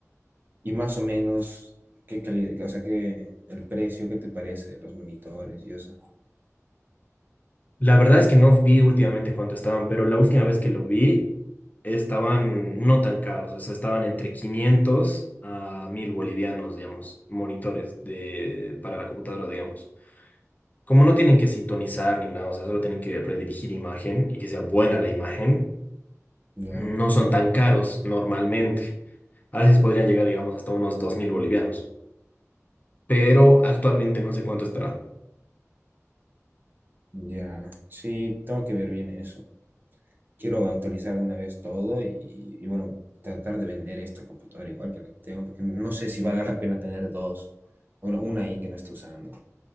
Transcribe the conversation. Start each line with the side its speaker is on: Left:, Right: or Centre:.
Right: Y más o menos, ¿qué calidad? O sea, ¿qué, el precio, qué te parece? de Los monitores y eso.
Left: La verdad es que no vi últimamente cuánto estaban, pero la última vez que lo vi estaban no tan caros, o sea, estaban entre 500 a 1000 bolivianos, digamos, monitores de, para la computadora, digamos. como no tienen que sintonizar ni nada, o sea, solo tienen que redirigir imagen y que sea buena la imagen,
Right: Ya.
Left: no son tan caros normalmente. A veces podrían llegar, digamos, hasta unos 2.000 bolivianos, pero actualmente no sé cuánto estará.
Right: Ya. Sí, tengo que ver bien eso. quiero actualizar de una vez todo y, y bueno, tratar de vender esta computadora igual que la que tengo, porque no sé si vale la pena tener dos, bueno, una ahí que no estoy usando.